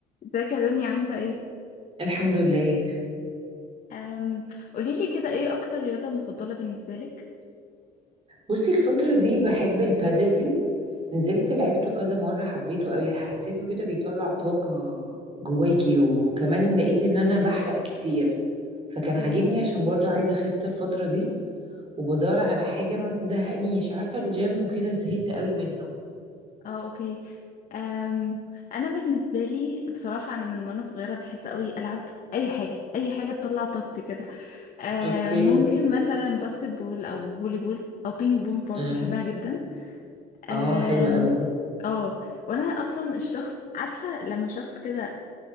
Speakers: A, on the left (about 50°); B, on the right (about 35°).
A: ازيك يا دنيا عاملة ايه؟
B: الحمد لله
A: أم قوليلي كده ايه أكتر رياضة مفضلة بالنسبة لك؟
B: بصي الفترة دي بحب البادل نزلت لعبته كذا مرة حبيته قوي حسيته كده بيطلع طاقة جواكي وكمان لقيت ان انا بحرق كتير فكان عاجبني
A: ايه
B: عشان برضو عايزة اخس الفترة دي وبدور على حاجة ما تزهقنيش عارفة الجيم وكده زهقت قوي منه
A: اه اوكي أم أنا بالنسبة لي بصراحة أنا من وأنا صغيرة بحب أوي ألعب أي حاجة أي حاجة تطلع طاقتي كده أم
B: اوكي
A: ممكن مثلا باسكت بول أو فولي بول أو بينج بونج برضه
B: أمم.
A: بحبها جدا أم
B: اه حلوة قوي دي
A: اه وأنا أصلا الشخص عارفة لما شخص كده